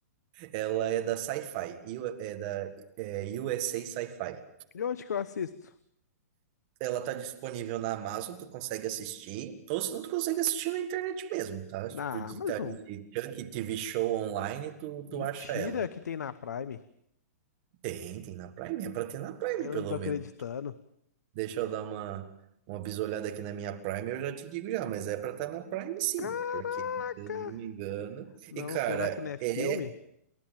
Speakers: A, on the right (about 25°); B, on the left (about 85°).
A: Ela é da Sci-Fi, e o- é da é, USA Sci-Fi.
B: De onde que eu assisto?
A: Ela tá disponível na Amazon, tu consegue assistir, ou se não, tu consegue assistir na internet mesmo, tá?
B: Na
A: Se tu digitar
B: Amazon?
A: ali Chuck TV Show online, tu,
B: Mentira
A: tu acha ela.
B: que tem na Prime.
A: Tem, tem na Prime, é pra ter na Prime,
B: Eu
A: pelo
B: não tô acreditando.
A: menos. Deixa eu dar uma, uma bisolhada aqui na minha Prime, eu já te digo já, mas é pra estar na Prime sim,
B: Caraca!
A: porque se eu não me engano.
B: Não,
A: E cara,
B: será que não é filme?
A: é